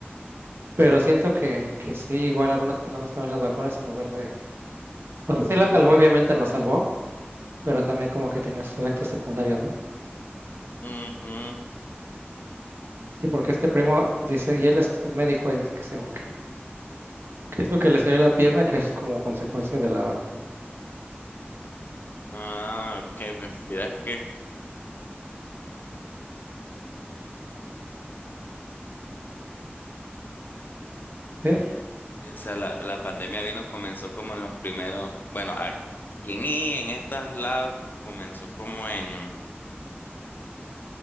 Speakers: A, on the right (about 65°); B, on the left (about 50°).
A: pero siento que, que sí, igual algunas personas toman las vacunas en lugar de... O sea, sí las salvó, obviamente las salvó, pero también como que tenía sus efectos secundarios, ¿no?
B: Ujú.
A: Sí, porque este primo dice, y él es, es médico y dice que según que, que es lo que le salió en la pierna, que es como consecuencia de la vacuna.
B: Ah, ok, ve- verás que
A: Sí,
B: O sea, la, la pandemia vino, comenzó como en los primeros, bueno, aquí en, I, en estas labs comenzó como en,